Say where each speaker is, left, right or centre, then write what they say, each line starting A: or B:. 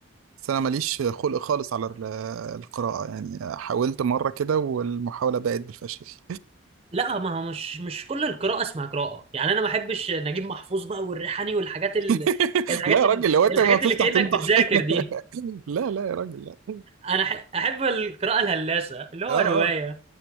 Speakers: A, on the right; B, on the right.
A: بس انا ماليش خلق خالص على ال- القراءة يعني حاولت مرة كده والمحاولة بقت بالفشل
B: لا ما هو مش مش كل القراءة اسمها قراءة يعني انا ما احبش نجيب محفوظ بقى والريحاني والحاجات ال...
A: <laughs>
B: الحاجات
A: لا يا
B: ال...
A: راجل لو انت
B: الحاجات
A: ما تفتح
B: اللي كأنك
A: تنطح
B: بتذاكر
A: <laughs>
B: دي
A: لا لا يا راجل لا
B: انا أح... احب القراءة الهلاسة اللي هو
A: اه
B: رواية
A: اه